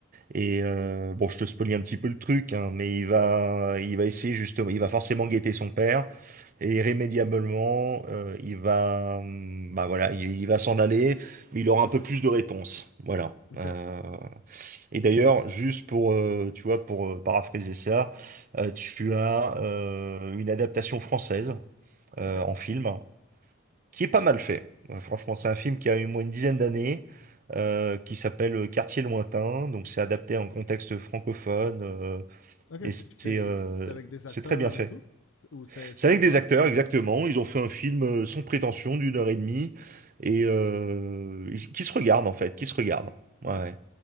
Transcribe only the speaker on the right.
Et euh, bon, je te spoilie un petit peu le truc, hein, mais il va, il va essayer justement, il va forcément guetter son père, et irrémédiablement, euh, il va, hum, bah voilà, il, il va s'en aller, mais il aura un peu plus de réponses, voilà.
Euh, et d'ailleurs,
juste pour, euh, tu vois, pour euh, paraphraser ça, euh, tu as euh, une adaptation française euh,
en film qui est pas mal fait. Euh, Franchement, c'est un film qui a eu moins une dizaine d'années, euh, qui s'appelle euh, Quartier lointain. Donc, c'est adapté en contexte francophone euh,
et
c'est
euh,
c'est
très bien fait.
C'est avec
des acteurs,
exactement. Ils ont fait un film euh, sans prétention d'une heure et demie et euh, ils- qui se regardent en fait, qui se regardent. Ouais,
ouais.